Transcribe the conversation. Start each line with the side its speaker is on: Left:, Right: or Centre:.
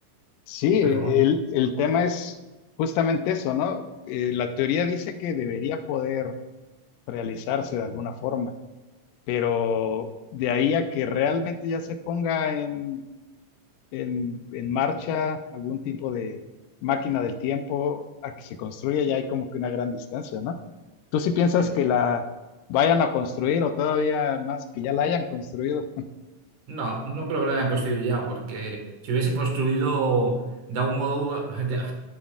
Left: Sí,
Right: pero...
Left: el, el tema es justamente eso, ¿no? Eh, la teoría dice que debería poder realizarse de alguna forma, pero de ahí a que realmente ya se ponga en, en, en marcha algún tipo de máquina del tiempo, a que se construya, ya hay como que una gran distancia, ¿no? ¿Tú sí piensas
Right: bueno.
Left: que la vayan a construir o todavía más que ya la hayan construido?
Right: No, no creo que lo hayan construido ya, porque si hubiese construido de algún modo, <laughs> ya,